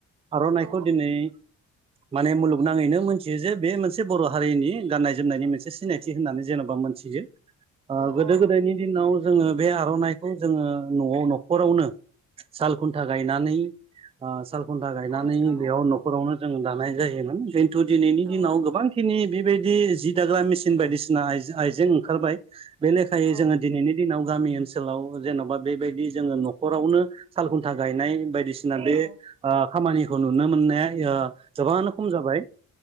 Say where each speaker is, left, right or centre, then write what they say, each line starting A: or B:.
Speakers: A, on the right; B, on the right.
A: आर'नाइखौ
B: औ
A: दिनै माने मुलुगनाङैनो मोनथियो जे बे मोनसे मोनसे बर' हारिनि गाननाय-जोमनायनि मोनसे सिनायथि होननानै जेन'बा मोनथियो। ओ
B: औ
A: गोदो-गोदायनि
B: औ औ
A: दिनाव जोङो बे आर'नाइखौ जोङो न'आव न'खरावनो साल-खुन्था गायनानै ओ साल खुन्था गायनानै
B: औ नोंथां
A: बेयाव
B: औ नंगौ
A: न'खरावनो जों दानाय जायोमोन खिन्थु दिनैनि
B: औ
A: दिनाव गोबां खिनि बेबायदि जि दाग्रा मेसिन बायदिसिना आइजे- आइजें ओंखारबाय। बे लेखायै
B: औ
A: जोङो दिनैनि दिनाव गामि ओनसोलाव जेन'बा बेबायदि जोङो न'खरावनो साल-खुन्था गायनाय बायदिसि बायदिसिना ओ बे
B: औ
A: खामानिखौ नुनो मोननाया ओ गोबाङानो खम जाबाय।